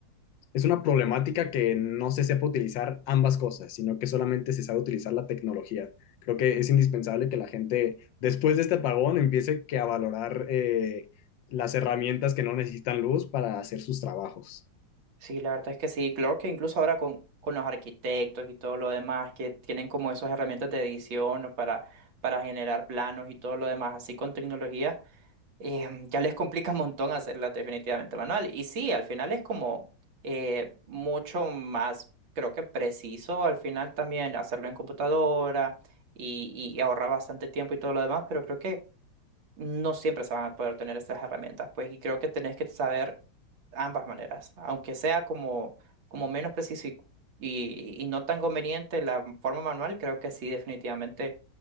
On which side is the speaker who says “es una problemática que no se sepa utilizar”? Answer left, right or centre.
Left